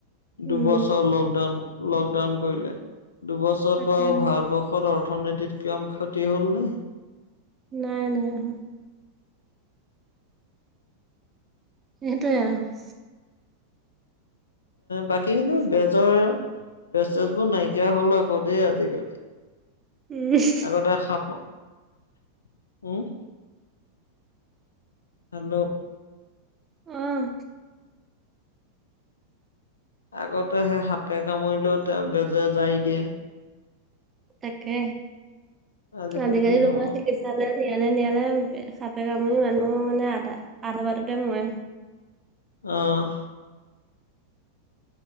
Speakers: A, on the right; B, on the left.
A: উম,
B: দুবছৰ লকডাউন। <inaudible> লকডাউন কৰিলে দুবছৰত
A: তাকে।
B: বাৰু ভাৰতবৰ্ষ <unintelligible> দেশত অৰ্থনীতিত কম ক্ষতি হ'লনে। <inaudible>
A: নাই-নাই হোৱা। <inaudible> সেইটোৱে আৰু। <unintelligible>
B: বাকী কিন্তু বেজৰ, বেজ-চেজবোৰ নাইকিয়া হ'ল আকৌ দেই আজিকালি। <unintelligible>
A: উম
B: আগতে সাপ <inaudible> উ', হেল্ল'।
A: উম।
B: আগতে সেই সাপে কামুৰিলেও তেওঁ বেজে জাৰি দিয়ে।
A: তাকে
B: আজিকালি
A: আজিকাকি তোমাৰ
B: অ
A: চিকিৎ নিয়ালে নিয়ালে নিয়ালে সাপে কামুৰি মানুহ মানে আধা আধা বাটতে মৰে।
B: অ'।